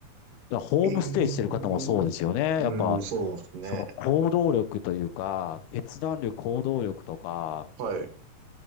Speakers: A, on the left; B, on the right.
A: だからホームステイしてる方もそうですよね。
B: い。えー。うん、
A: やっぱ、
B: そうですね。
A: その行動力というか、決断力、行動力とか、
B: はい。